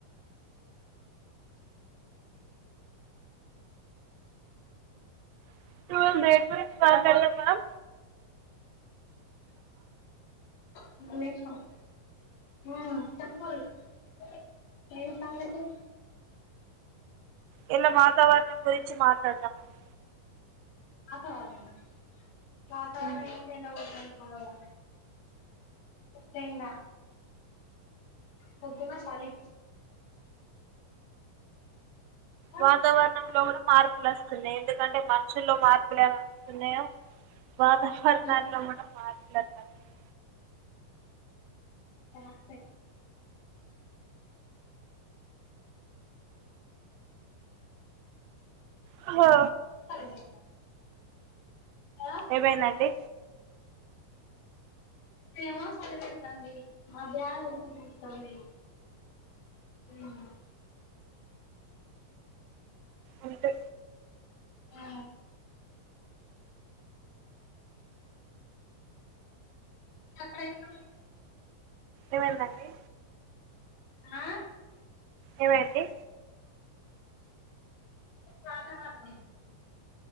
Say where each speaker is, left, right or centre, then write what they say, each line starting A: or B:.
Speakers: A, on the right; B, on the left.
A: <unintelligible> నుంచి మాట్లాడదాం మనం
B: <unintelligible> ఏ సంగతి
A: ఇయల వాతావరణం గురించి మాట్లాడదమ్ మనం
B: వాతావరణం వాతావరణం
A: మనం
B: ఏముంది ఎండ గొడుతాంది పొద్దుగాల పొద్దుడెండ పొద్దున్న చలి ఆ
A: వాతావరణం లో కూడ మార్పులు వస్తున్నాయి ఎందుకంటే మనుషుల్లో మార్పులు ఎలా వస్తున్నాయో వాతావరణాల్లో
B: ఉమ్
A: కూడ మార్పులు అట్లా వస్తు
B: కరెక్టే
A: హా
B: చలి పెడతాంది ఆ
A: ఏమైందండి
B: ఏమో చలి పెడతాంది మా ఫ్యాన్ కొంచెం నడుస్తాంది హ్మ్ హు
A: అంటే
B: ఆ అక్కడ ఎట్లుంది
A: ఏమైన్ దండి
B: ఆ
A: ఏమైంది
B: వాతావరణం